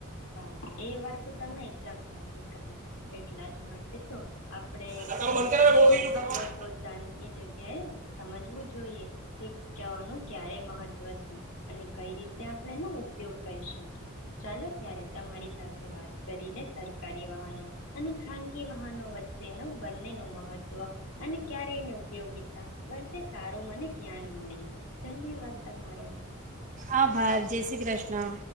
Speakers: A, on the left (about 80°); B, on the right (about 35°).
A: હા. એ વાત તો તમને એકદમ સાચી <inaudible> એટલા જ માટે તો આપણેે
B: તારું
A: આ બંને
B: બંધ કર હવે
A: નું
B: બહુ
A: મહત્વ
B: થઈ ગયું ઘરમાં.
A: પોતપોતાની જગ્યાએ સમજવું જોઈએ કે કયોનું ક્યારે મહત ત્વ છે અને કઈ રીતે આપણે એનો ઉપયોગ કરી શકીએ. ચાલો ત્યારે તમારી સાથે વાત કરીને સરકારી વાહનો અને ખાનગી વાહનો વચ્ચે નું બંને નું મહત્વ અને ક્યારે એની ઉપયોગીતા વચ્ચે સારું મને જ્ઞાન મળ્યું. ધન્યવાદ તમારો.
B: આભાર, જય શ્રી કૃષ્ણા.